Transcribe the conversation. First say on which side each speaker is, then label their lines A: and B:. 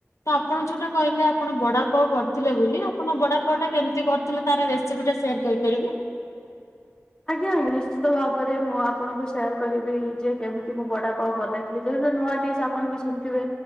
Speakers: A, on the left (about 80°); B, on the left (about 15°).
A: ତ ଆପଣ ଯୋଉଟା କହିଲେ, ଆପଣ ବଡାପଓ କରିଥିଲେ ବୋଲି, ଆପଣ ବଡାପାଓ ଟା କେମିତି କର୍? ତେଲେ ତାର ରେସୋପି ଟା ସେୟାର କରିପାରିବେ
B: ଆଜ୍ଞା, ଆଜ୍ଞା, ନିଶ୍ଚିତ ଭାବରେ ମୁଁ ଆପଣଙ୍କୁ ସେୟାର କରିବି ଯେ କେମିତି ମୁଁ ବଡା ପାଓ ବନେତ୍। ନିଜତ ନୂଆ ଡିସ୍ ଆପଣ ବି ଶୁଣିଥିବେ